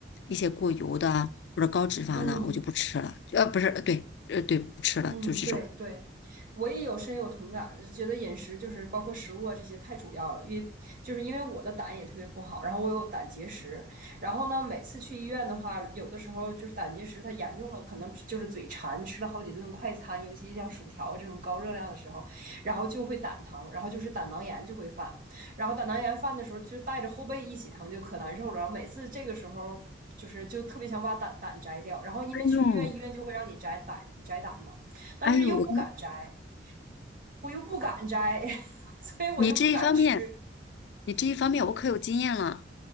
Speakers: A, on the left; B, on the right.
A: 一些过油的啊或者高脂肪的，
B: 嗯
A: 我就不吃了。呃，不是，呃对，呃，对，不吃了，
B: 嗯，
A: 就这种。
B: 对对，我也有深有同感，就觉得饮食就是包括食物啊这些太主要了，因就是因为我的胆也特别不好，然后我有胆结石，然后呢每次去医院的话，有的时候就是胆结石它严重了，可能吃就是嘴馋，吃了好几顿快餐，尤其像薯条这种高热量的时候，然后就会胆疼，然后就是胆囊炎就会犯，然后胆囊炎犯的时候就带着后背一起疼，就可难受了，然后每次这个时候就是就特别想把胆胆摘掉，然后因为去医院，
A: 哎呦，
B: 医院就会让你摘胆摘胆嘛。但是又不敢摘，
A: 哎呦，我跟
B: 我又不敢摘，<laughs> 所以我就不敢吃。
A: 你这一方面，你这一方面我可有经验了。